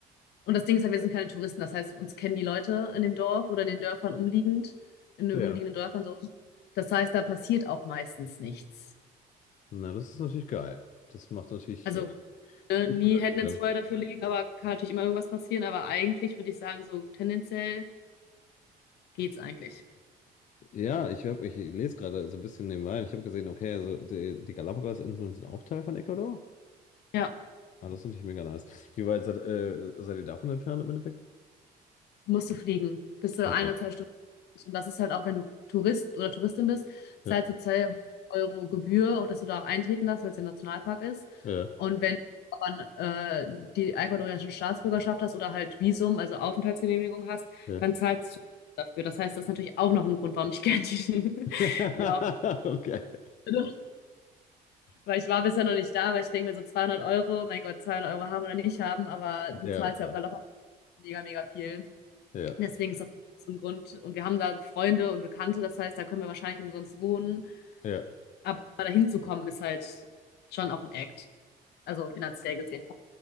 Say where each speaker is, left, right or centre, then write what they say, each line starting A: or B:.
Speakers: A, on the left (about 75°); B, on the left (about 45°).
A: und das Ding ist halt, wir sind keine Touristen, das heißt, uns kennen die Leute in dem Dorf oder in den Dörfern umliegend, in den
B: ja.
A: umliegenden Dörfern so. Das heißt, da passiert auch meistens nichts.
B: Na, das ist natürlich geil. Das macht natürlich
A: Also
B: äh,
A: äh,
B: viel
A: nie
B: Unterschied
A: Hände
B: dann.
A: ins Feuer dafür legen, aber kann natürlich immer irgendwas passieren. Aber eigentlich würde ich sagen, so tendenziell geht's eigentlich.
B: Ja, ich hab, ich lese gerade so ein bisschen nebenbei. Ich habe gesehen, okay, also die, die Galapagos-Inseln sind auch Teil von Ecuador.
A: Ja,
B: Ah, das ist natürlich mega nice. Wie weit seid, äh, seid ihr davon entfernt im Endeffekt?
A: musst du fliegen. Bist du
B: Okay.
A: ein oder zwei Stunden. Und das ist halt auch, wenn du Tourist oder Touristin bist, zahlst
B: Ja,
A: du zwei Euro Gebühr und dass du da auch eintreten darfst, weil es ja ein Nationalpark ist.
B: ja,
A: Und wenn du aber äh, die ecuadorianische Staatsbürgerschaft hast oder halt Visum, also Aufenthaltsgenehmigung hast,
B: ja.
A: dann zahlst du dafür. Das heißt, das ist natürlich auch noch ein Grund, warum ich gerne die,
B: <laughs>
A: <laughs> die
B: Okay.
A: Aufenthaltsgenehmigung Weil ich war bisher noch nicht da, weil ich denke mir so 200 Euro, mein Gott, 200 Euro haben oder nicht haben, aber du
B: Ja,
A: zahlst
B: klar.
A: ja auf Galopp mega, mega viel.
B: Ja,
A: Deswegen ist das so ein Grund. Und wir haben da Freunde und Bekannte, das heißt, da können wir wahrscheinlich umsonst wohnen.
B: ja.
A: Aber da hinzukommen ist halt schon auch ein Act. Also finanziell gesehen.